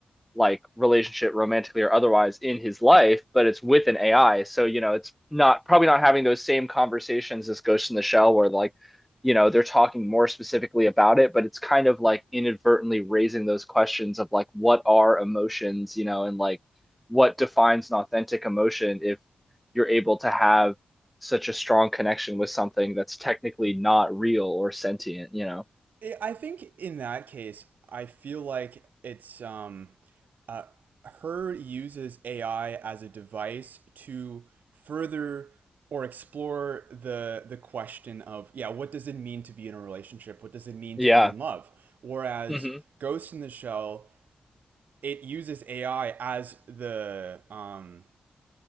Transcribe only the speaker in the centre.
like relationship romantically or otherwise in his life but it's with an ai so you know it's not probably not having those same conversations as ghost in the shell where like you know they're talking more specifically about it but it's kind of like inadvertently raising those questions of like what are emotions you know and like what defines an authentic emotion if you're able to have such a strong connection with something that's technically not real or sentient you know
yeah
hmm